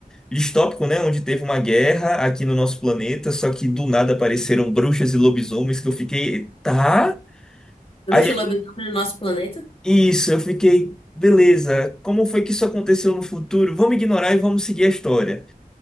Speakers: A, in the centre; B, on the left (about 35°).
A: distópico, né? Onde teve uma guerra aqui no nosso planeta, só que do nada apareceram bruxas e lobisomens que eu fiquei. Tá?
B: Bruxa
A: Aí
B: e Lobisomem no nosso planeta.
A: Isso, eu fiquei, beleza, como foi que isso aconteceu no futuro? Vamos ignorar e vamos seguir a história.